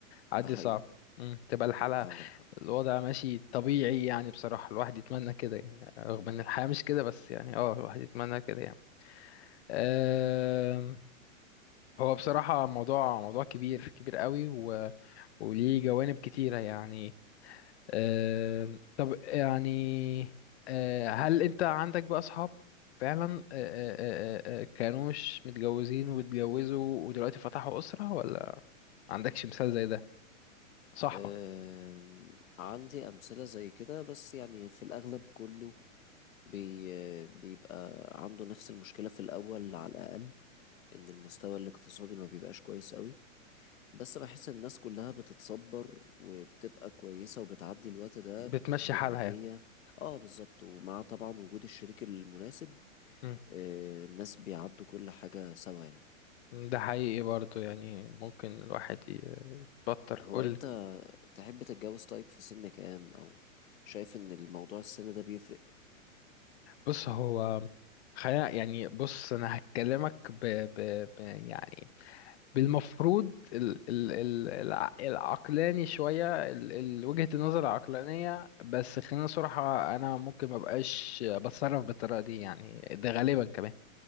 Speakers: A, on the left; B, on the left.
A: عادي
B: ده حقيقي
A: صعب مم. تبقى الحلقة
B: عندك حق
A: الوضع ماشي طبيعي يعني بصراحة الواحد يتمنى كده يعني رغم ان الحياة مش كده بس يعني اه الواحد يتمنى كده يعني أم، هو بصراحة موضوع موضوع كبير كبير قوي و... وليه جوانب كتيرة يعني أم، طب يعني أه، هل انت عندك بقى اصحاب فعلا أه، أه، أه، أه، كانوش متجوزين واتجوزوا ودلوقتي فتحوا أسرة ولا عندكش مثال زي ده صاحبك
B: أم، عندي أمثلة زي كده بس يعني في الأغلب كله بي بيبقى عنده نفس المشكلة في الأول على الأقل إن المستوى الاقتصادي ما بيبقاش كويس قوي بس بحس الناس كلها بتتصبر وبتبقى كويسة وبتعدي الوقت ده
A: بتمشي
B: بإن
A: حالها
B: هي
A: يعني
B: آه بالظبط ومع طبعا وجود الشريك المناسب
A: مم.
B: أه، الناس بيعدوا كل حاجة سوا يعني
A: ده حقيقي برضو يعني ممكن الواحد ي- يتبطر
B: هو
A: قول
B: أنت تحب تتجوز طيب في سن كام او شايف ان الموضوع السن ده بيفرق
A: بص هو خلينا يعني بص انا هكلمك ب... ب... ب... يعني بالمفروض ال... ال... ال... الع- العقلاني شوية ال... ال... وجهة النظر العقلانية بس خلينا صراحة انا ممكن مبقاش بتصرف بالطريقة دي يعني ده غالبا كمان